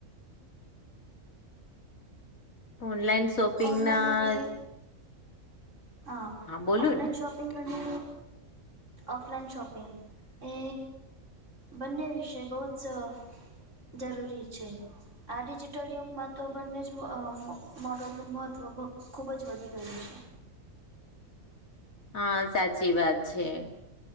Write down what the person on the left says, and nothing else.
ઓનલાઈન શોપિંગના
બોલું
ને
હા સાચી વાત છે